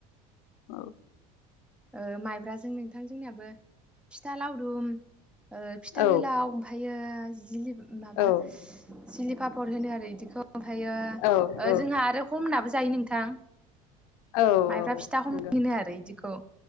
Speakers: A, on the left (about 85°); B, in the centre.
A: औ
B: ओ माइब्राजों नोंथां जोंनियाबो फिथा लावदुम ओ फिथा
A: औ
B: गोलाव ओम्फाय <unintelligible> माबा
A: औ
B: <unintelligible> पापर होनो आरो बिदिखौ। ओमफ्रायो
A: औ
B: ओ
A: औ
B: जोंहा आरो हमनाबो जायो नों <unintelligible>
A: औ
B: माइब्रा फिथा
A: नंगौ
B: हमनाय होनो आरो बिदिखौ।